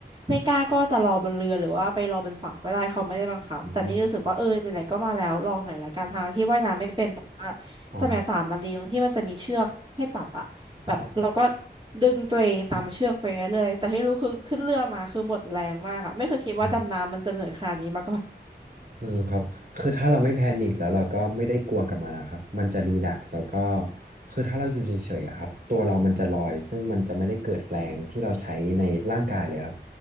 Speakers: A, on the right; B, on the right.
A: ไม่กล้าก็จะรอบนเรือหรือว่าไปรอบนฝั่งก็ได้เขาไม่ได้บังคับแต่นี่รู้สึกว่าเออไหนๆก็มาแล้วลองหน่อยละกันทางที่ว่ายน้ำไม่เป็นแต่ว่า
B: อืมอ่า
A: สมัยสามมันดีตรงที่มันจะมีเชือกให้จับอ่ะแบบเราก็
B: ใช
A: ดึงตัวเองตามเชือกไปเรื่อยๆแต่ที่รู้คือขึ้นเรือมาคือหมดแรงมากอ่ะไม่เคยคิดว่าดำน้ำมันจะเหนื่อยขนาดนี้มาก่อน
B: ่
A: <laughs>
B: อืมครับคือถ้าเราไม่แพนิคแล้วเราก็ไม่ได้กลัวกับมันนะครับมันจะรีแลกซ์แล้วก็คือถ้าเราอยู่เฉยๆอะครับตัวเรามันจะลอยซึ่งมันจะไม่ได้เกิดแรงที่เราใช้ในร่างกายเลยครับ